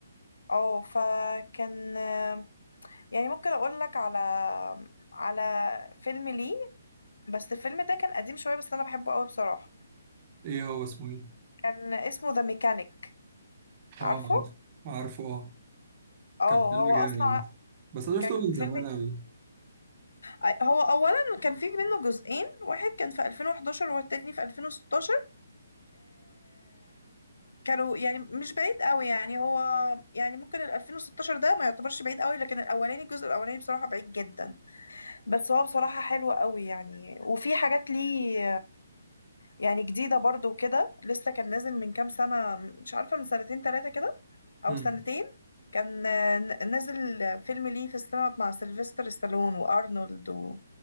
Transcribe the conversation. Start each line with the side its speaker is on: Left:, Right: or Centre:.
Left: اه فكان آه، يعني ممكن اقول لك على على فيلم ليه بس الفيلم ده كان قديم شويه بس انا بحبه قوي بصراحه
Right: ايه هو اسمه ايه
Left: كان اسمه ذا ميكانيك عارفه
Right: اه عارفه عارفه اه
Left: اه
Right: كان فيلم
Left: هو
Right: جامد
Left: اصلا
Right: عامة.
Left: ع-
Right: بس انا
Left: كان
Right: شفته من
Left: فيلم
Right: زمان قوي
Left: آه، هو اولا كان فيه منه جزئين واحد كان في 2011 والتاني في 2016 كانوا يعني مش بعيد قوي يعني هو يعني ممكن ال 2016 ده ما يعتبرش بعيد قوي لكن الاولاني الجزء الاولاني بصراحة بعيد جدا بس هو بصراحة حلو قوي يعني وفي حاجات ليه يعني جديدة برضو وكده لسه كان نازل من كام سنة مش عارفة من سنتين ثلاثة كده او
Right: امم
Left: سنتين كان ن- نازل فيلم ليه في السينما مع سيلفستر ستالون وارنولد و...